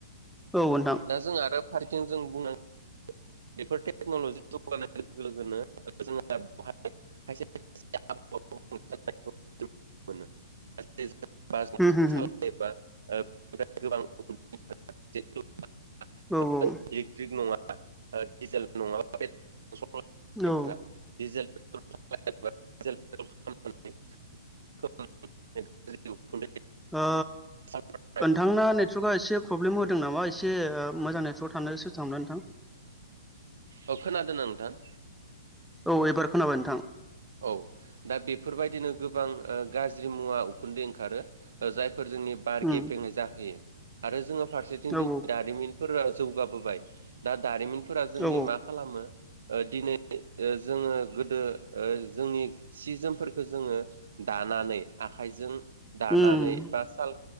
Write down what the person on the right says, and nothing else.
दा जों आरो फारसेथिं जों बुंनांगोन बेफोर टेक्न'लजि जौगानाय लोगो -लोगोनो जोङो दा बेवहाय खायसे खायसे आबाहावाखौ
<unintelligible> <unintelligible>
<unintelligible>
सरग्रा <unintelligible> <unintelligible>
<unintelligible>
औ खोनादों नोंथां?
औ दा बेफोर बायदिनो ओ गोबां गाज्रि मुवा उखुन्दै ओंखारो जाय <unintelligible> जोंनि बार
गेबेङै जाहोयो आरो जोङो फारसेथिं
दिनै दारिमिनफोरा जौगाबोबाय दा दारिमिनफोरा जोंनि
मा खालामो ओ दिनै ओ जोङो गोदो ओ जोंनि सि जोमफोरखो जोङो दानानै आखाइजों दानानै
बा साल